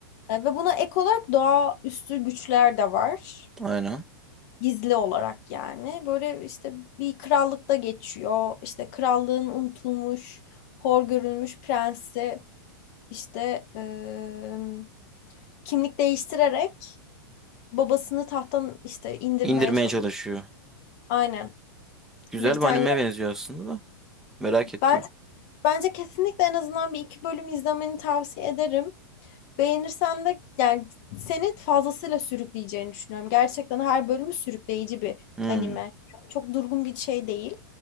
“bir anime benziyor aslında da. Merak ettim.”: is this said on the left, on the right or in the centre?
Centre